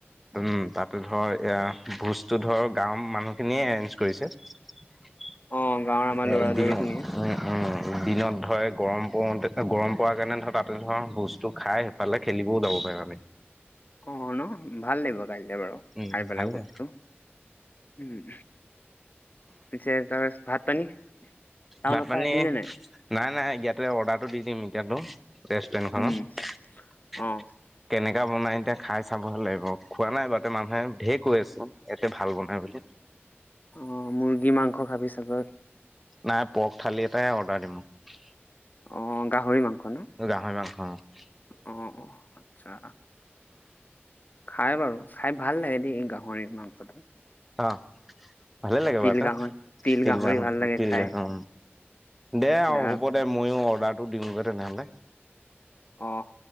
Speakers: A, in the centre; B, on the left (about 40°).
A: উম তাত ধৰ এ ভোজটো ধৰ গাঁওৰ মানুহখিনিয়ে এৰেঞ্জ কৰিছে।
B: অ গাঁৱৰ আমাৰ
A: এ
B: ল'ৰা
A: দিনত
B: লৰিখিনিয়ে
A: উম উম দিনত ধৰে গৰম পৰোতে। গৰম পাৰ কাৰণে ধৰ তাতে ধৰা বস্তু খাই সেইফালে খেলিবও যাব পাৰিম আমি।
B: অ ন ভাল লাগিব। বাৰু
A: উম
B: খাই পেলাই
A: ভালে
B: বস্তু উম। পিছে ত ভাত পানী। টাউনৰ
A: ভাত পানী
B: পৰা আহিলি নে নাই
A: নাই নাই ইয়াতে অৰ্ডাৰটো দি দিম এতিয়াতো। ৰেষ্টুৰেণ্ট খনত
B: উম অ
A: কেনেক এয়া বনাই এতিয়া খাই চাবহ লাগিব খোৱা নাই বাতে মানুহে ধেই কৈ আছে ইয়াতে ভাল বনাই বুলি।
B: অঁ মুৰ্গী মাংস খাবি চাগৈ
A: নাই পৰ্ক থালি এটাই অৰ্ডাৰ দি মোক
B: অ গাহৰি মাংস ন
A: গাহৰি মাংস
B: অ অ আচ্ছা খাই বাৰু খাই ভাল লাগে দেই এই গাহৰি মাংসটো।
A: অ ভালে লাগে
B: তিল
A: বাৰু
B: গাহৰি
A: টো
B: তিল
A: তিলগা
B: গাহৰি ভাল
A: অ
B: লাগে
A: তিলগা
B: খাই
A: দে আৰু
B: ধা
A: হ'ব দে ময়ো অৰ্ডাৰটো দিওঁগৈ তেনেহলে।
B: আহ